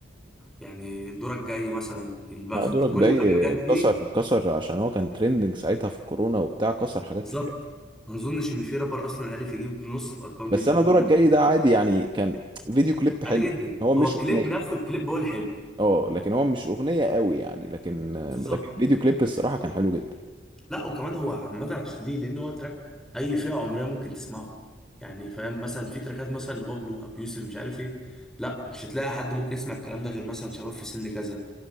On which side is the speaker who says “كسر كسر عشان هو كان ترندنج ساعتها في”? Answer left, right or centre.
Right